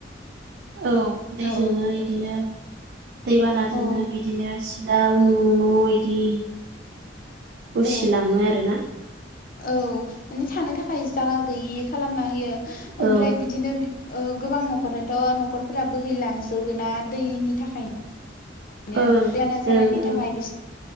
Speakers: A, on the right; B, on the left.
A: औ दैजोंनो
B: औ
A: बिदिनो दैबानाजोंनो
B: औ
A: बिदिनो सिलाव न' न' इदि उसिलाङो
B: औ
A: आरोना
B: औ माने थानो थाखाय जायगा गैयि खालामना होयो ओमफ्राय
A: औ
B: बिदिनो ओ गोबां न'खरनाथ' न'खरफोरा बोहैलांजोबो ना दैनि थाखाय बिनो
A: ओं
B: बाना जानायनि
A: ओं
B: थाखाय बि